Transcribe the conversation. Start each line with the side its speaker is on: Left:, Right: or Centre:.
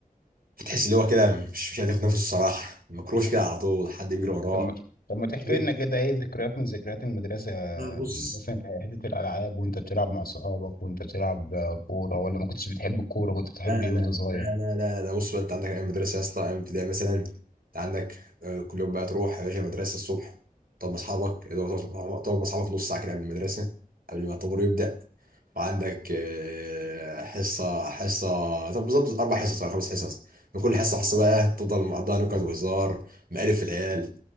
Right: فتحس اللي هو كده مش مش قادر ياخد نفسه الصراحه مكروش كده على طول حد بيجري وراه
Left: طب ما طب ما تحكي
Right: لا
Left: لنا كده إيه ذكريات من ذكريات المدرسة
Right: بص
Left: دي، مثلا في حتة الألعاب وأنت بتلعب مع صحابك وأنت بتلعب كورة ولا ما كنتش بتحب الكورة كنت بتحب
Right: لا لا
Left: إيه وأنت صغير؟
Right: لا لا لا لا بص بقى انت عندك ايام مدرسه يا اسطى ايام ابتدائي مثلا انت عندك آه، كل يوم بقى تروح يا باشا المدرسه الصبح تقعد مع اصحابك اللي هو تقعد تقعد مع اصحابك نص ساعه كده قبل المدرسه قبل ما الطابور يبدا وعندك آه، حصه حصه طب بالظبط اربع حصص ولا خمس حصص من كل حصه حصه بقى تفضل مقضيها نكت وهزار مقالب في العيال